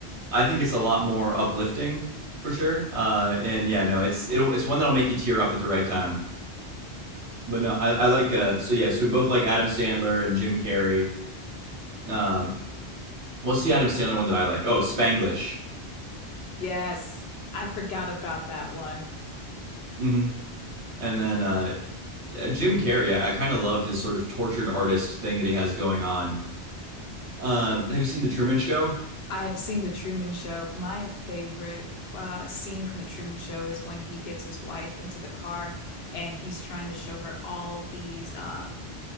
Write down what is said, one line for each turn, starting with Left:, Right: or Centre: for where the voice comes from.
Right: I think it's a lot more uplifting for sure. Uh, and yeah, no, it's it'll, it's one that'll make you tear up at the right time. But no, I, I like uh, so yeah, so we both like Adam Sandler and Jim Carrey. Um, what's the Adam Sandler one that I like? Oh, Spanglish.
Left: Yes, I forgot about that one.
Right: hmm And then uh, uh, Jim Carrey, I, I kind of love his sort of tortured artist thing that he has going on. Uh, have you seen The Truman Show?
Left: I have seen The Truman Show. My favorite uh, scene from The Truman Show is when he gets his wife into the car and he's trying to show her all these uh,